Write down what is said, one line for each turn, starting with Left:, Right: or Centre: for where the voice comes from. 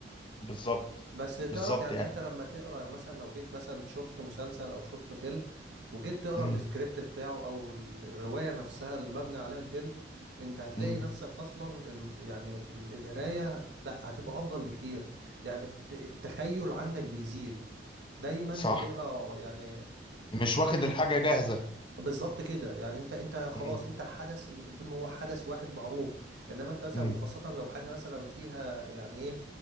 Left: بالظبط
Right: بس تعرف
Left: بالظبط
Right: يعني
Left: يعني
Right: انت لما تقرا يعني مثلا لو جيت مثلا شفت مسلسل او شفت فيلم وجيت تقرا
Left: مم.
Right: السكريبت بتاعه او ال- الرواية نفسها اللي مبني عليها الفيلم انت هتلاقي
Left: مم.
Right: نفسك اصلا ال يعني ال- القراية لا هتبقى افضل بكتير يعني بت التخيل عندك بيزيد دايما
Left: صح
Right: بتبقى يعني
Left: مش واخد الحاجة جاهزة
Right: بالظبط كده يعني انت انت خلاص
Left: مم.
Right: انت الحدث اللي في الفيلم هو حدث واحد معروف انما انت مثلا
Left: مم.
Right: وخاصة لو حاجة مثلا فيها يعني ايه